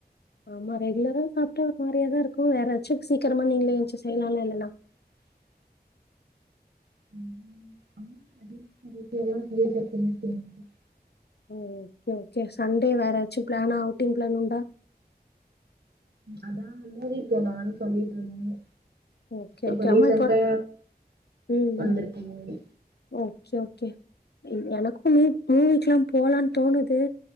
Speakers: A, on the left; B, on the right.
A: ஆமா ரெகுலரா சாப்ட்டா ஒரு மாரியாதா இருக்கு வேற யாராச்சு சீக்ரமா நீங்களே எந்ச்சு செய்யலால இல்லன்னா
B: <inaudible> <inaudible>
A: ஓ ஓகே ஓகே சண்டே வேற ஏதாச்சு பிளானா அவுட்டிங் பிளான் உண்டா
B: அதா மூவி போலான்னு சொல்லிட்டு இருந்தே
A: ஓகே
B: இப்ப
A: ஓகே
B: ரீசன்டா
A: ஆமா ம்
B: வந்திருக்க
A: ம்
B: மூவி
A: ஓகே ஓகே எனக்கு மூ மூவிக்கெல்லா போலான்னு தோணுது